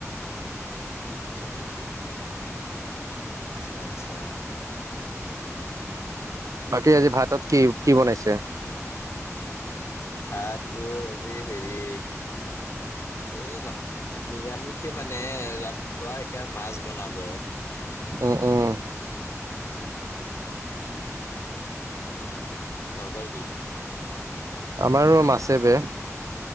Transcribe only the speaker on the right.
বাকী আজি ভাতত কি কি বনাইছে?
উম, উম
আমাৰো মাছে বে।